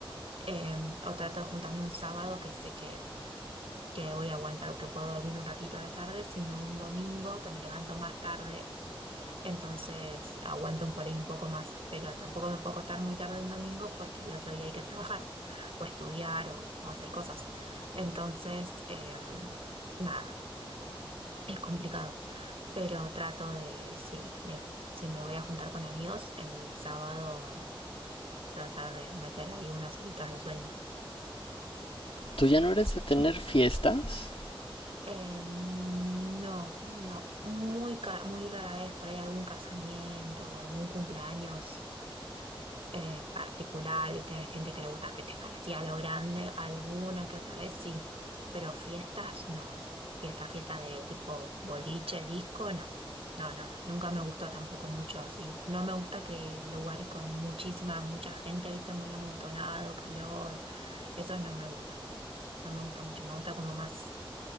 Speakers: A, on the right; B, on the left.
A: eh, o trato de juntarme un sábado que sé que, que voy a aguantar o que puedo dormir un ratito a la tarde, sino un domingo que me levanto más tarde entonces aguanto por ahí un poco más, pero tampoco me puedo acostar muy tarde un domingo porque el otro día hay que trabajar o estudiar o, o hacer cosas. Entonces, em, nada, es complicado, pero trato de, sí, de, si me voy a juntar con amigos, el sábado tratar de meter ahí unas horitas de sueño.
B: Tú ya no eres de tener fiestas,
A: Eh, no, no, muy, ca- muy rara vez por ahí algún casamiento o algún cumpleaños eh, particular, viste, hay gente que le gusta festejar así a lo grande, alguna que otra vez sí, pero fiestas no, fiesta, fiesta de tipo boliche, disco, no, no, no, nunca me gustó tampoco mucho así, no me gusta que lugares con muchísima, mucha gente, viste, muy amontonado, calor, eso no me gusta, no me gusta mucho, me gusta como más,